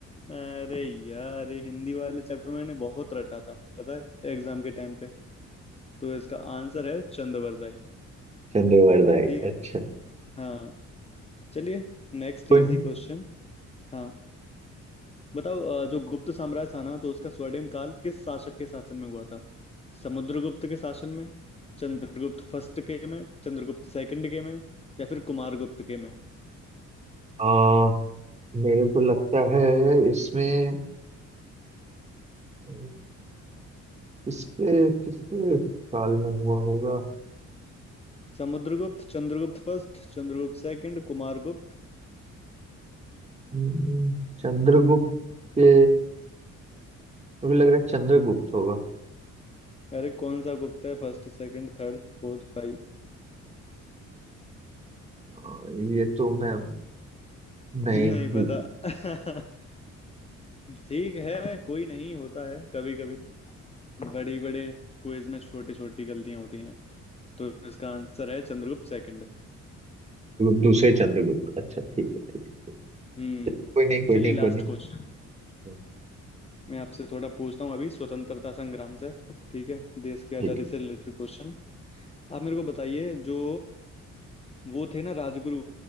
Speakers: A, on the left (about 20°); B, on the right (about 20°).
A: अरे यार ये हिंदी वाले चैप्टर मैंने बहुत रटा था पता है एग्जाम के टाइम पे तो इसका आंसर है चंद्रवरदाई
B: चंद्रवरदाई
A: ठीक है
B: अच्छा
A: हाँ चलिए नेक्स्ट
B: कोई
A: इजी
B: नहीं
A: क्वेश्चन हाँ बताओ अ, जो गुप्त साम्राज्य था ना तो उसका स्वर्णिम काल किस शासक के शासन में हुआ था समुद्रगुप्त के शासन में चंद्रगुप्त फर्स्ट के में चंद्रगुप्त सेकंड के में या फिर कुमारगुप्त के में
B: आ, मेरे को लगता है इसमें अम, किसके किसके साल में हुआ होगा
A: समुद्रगुप्त चंद्रगुप्त first चंद्रगुप्त second कुमारगुप्त
B: हम्म, चंद्रगुप्त के मुझे लग रहा है चंद्रगुप्त होगा
A: अरे कौन सा गुप्ता है first second third fourth five
B: अ, ये तो मैं
A: <laughs>
B: नहीं
A: नहीं
B: दू-
A: पता <laughs> ठीक है कोई नहीं होता है कभी कभी बड़ी बड़े क्विज में छोटी छोटी गलतियां होती हैं तो इसका आंसर है चंद्रगुप्त सेकंड
B: दूसरे चंद्रगुप्त अच्छा ठीक है ठीक है
A: हम्म
B: कोई नहीं कोई
A: चलिए
B: नहीं
A: लास्ट
B: कोई नहीं
A: क्वेश्चन
B: हाँ,
A: मैं आपसे थोड़ा पूछता हूँ अभी स्वतंत्रता संग्राम से ठीक है देश की आजादी
B: ठीक है।
A: से रिलेटेड क्वेश्चन आप मेरे को बताइए जो वो थे ना राजगुरु